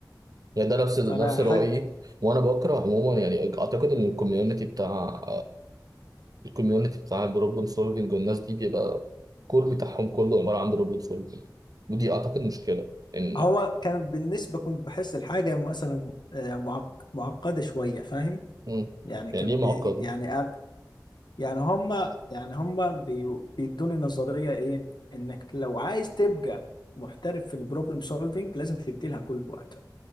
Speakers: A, on the right (about 55°); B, on the left (about 75°).
A: يعني ده نفس نفس
B: فأنا
A: رايي
B: حاجة
A: وانا بكره عموما يعني اعتقد ان الكوميونتي بتاع الكوميونتي بتاع البروبلم سولفنج والناس دي بيبقى الكور بتاعهم كله عباره عن بروبلم سولفنج ودي اعتقد مشكله ان
B: هو كان بالنسبة كنت بحس الحاجة مثلا آه معق- معقدة شوية فاهم
A: م.
B: يعني
A: يعني
B: كان
A: دي معقده
B: بي يعني قال- يعني هما يعني هما بي بيدوني نظرية إيه إنك لو عايز تبقى محترف في البروبلم سولفينج لازم تدي لها كل الوقت